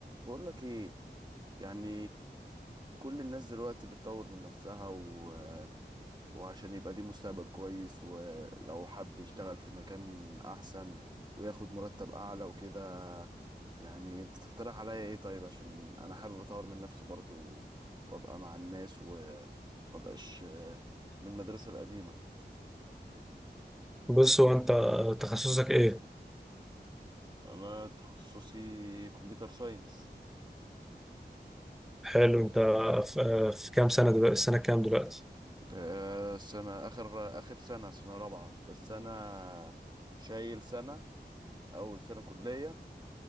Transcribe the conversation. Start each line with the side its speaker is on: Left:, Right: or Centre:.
Right: بقول لك ايه يعني كل الناس دلوقتي بتطور من نفسها و... وعشان يبقى ليه مستقبل كويس ولو حب يشتغل في مكان احسن وياخد مرتب اعلى وكده يعني انت تقترح عليا ايه طيب عشان انا حابب اطور من نفسي برضو وابقى مع الناس ومبقاش من المدرسة القديمة
Centre: بص هو انت تخصصك ايه
Right: انا تخصصي كمبيوتر ساينس
Centre: حلو انت في في كام سنه دلوقتي السنه كام دلوقتي
Right: آه، سنة اخر اخر سنة سنة رابعة بس انا شايل سنة اول سنه كليه